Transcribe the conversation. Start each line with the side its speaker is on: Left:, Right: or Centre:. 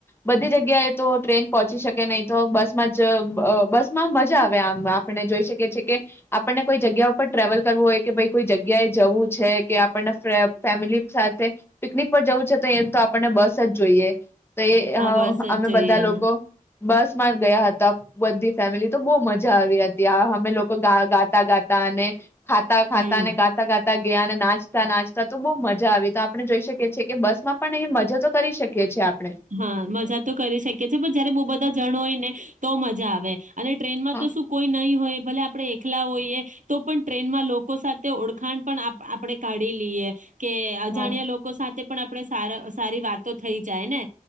Left: બધી જગ્યાએ તો ટ્રેન પહોંચી શકે નહી તો બસમાં જ અહ બસ માં મજા આવે આમ, આપણે જોઈ શકીએ છીએ કે આપણને કોઈ જગ્યા ઉપર ટ્રાવેલ કરવું હોય કે ભાઈ કોઈ જગ્યાએ જવું છે કે આપણને ફ્ર ફેમિલી સાથે પિકનિક પર જવું છે તો એ જ તો આપણને બસ જ જોઈએ. તો એ
Right: હા
Left: અહ
Right: બસ જ
Left: અમે
Right: જોઈએ
Left: બધા લોકો બસ માં જ ગયા હતા બધી ફેમિલી, તો બહુ મજા આવી હતી આ અમે લોકો અહ ગા ગા <unintelligible> ગા અને ખાતા-ખાતા
Right: હમ
Left: અને ગાતા-ગાતા તા ગયા અને નાચતા-નાચતા તો બહુ મજા આવી તા આપણે જોઈ શકીએ છીએ કે બસ માં પણ એ મજા તો કરી શકીએ છીએ આપ
Right: હા મજા તો કરી શકીએ છે પણ જયારે બહુ બધા જણ હોય ને તો મજા આવે. અને ટ્રેનમાં
Left: હા
Right: તો શું કોઈ નહી હોય ભલે આ આપણે એકલા હોઈએ તો પણ ટ્રેનમાં લોકો સાથે ઓળખાણ પણ આપ આપણેે કાઢી લઈએ. કે અજાણ્યા
Left: હા
Right: લોકો સાથે પણ આપણે સાર સારી વાતો થઈ જાય ને.